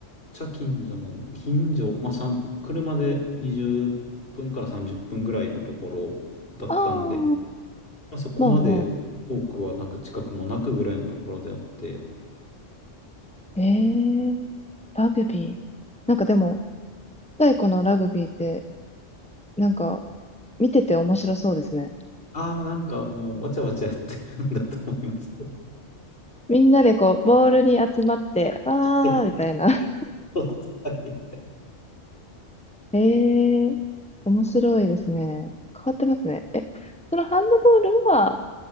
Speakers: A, on the left; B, in the centre.
A: 茶近所なの、近所、まあ、さん車で20分から30分ぐらいのところだったんで、
B: ああ、
A: まあ、そこまで多くはなく、
B: まあまあ。
A: 近くもなくぐらいのところであって、
B: ええ、ラグビー。なんかでも、太古のラグビーって、なんか、見てて面白そうですね。
A: ああ、なんかもう、わちゃわちゃやってるんだと思います。
B: みんなでこう、ボールに集まって、あー、
A: <laughs>
B: みたいな。
A: そうですはい。
B: <laughs> ええ、面白いですね。変わってますね。え、そのハンドボールは、